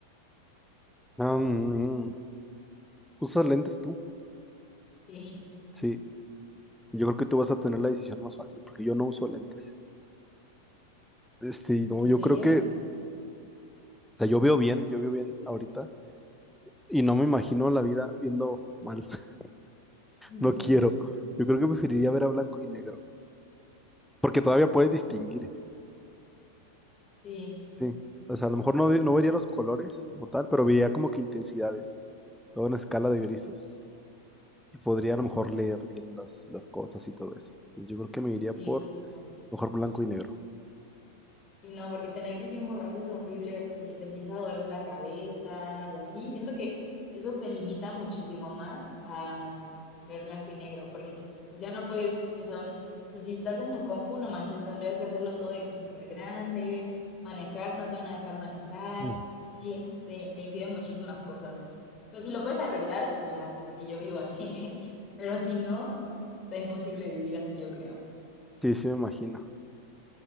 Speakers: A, in the centre; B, on the left.
A: Ah, mm, ¿usas lentes tú?
B: Sí,
A: Sí, yo creo que tú vas a tener la decisión más fácil porque yo no uso lentes. Este,
B: <laughs>
A: no,
B: ¿en
A: yo
B: serio?
A: creo que O sea, yo veo bien, yo veo bien ahorita. Y no me imagino la vida viendo mal. <laughs>
B: <laughs>
A: No quiero. Yo creo que preferiría ver a blanco y negro. Porque todavía puedes distinguir.
B: Sí,
A: Sí. O sea, a lo mejor no, no vería los colores como tal, pero vería como que intensidades. Toda una escala de grises. Y podría a lo mejor leer bien las, las cosas y todo eso. Entonces yo creo que me iría
B: sí,
A: por
B: justo.
A: mejor blanco y negro.
B: Sí, no, porque tener visión borrosa es horrible, porque te empieza a doler la cabeza y así. Siento que eso te limita muchísimo más a ver blanco y negro, porque pu- pues ya no puedes, eso, n- o sea, si estás en tu compu, no manches, tendrías que hacerlo todo de que súper grande, manejar, no te van a dejar manejar.
A: Mm.
B: Sí, te, te impide muchísimas cosas. O sea, si lo puedes arreglar, pues ya, porque yo vivo así. <laughs> Pero si no, está imposible vivir así, yo creo.
A: Sí, sí me imagino.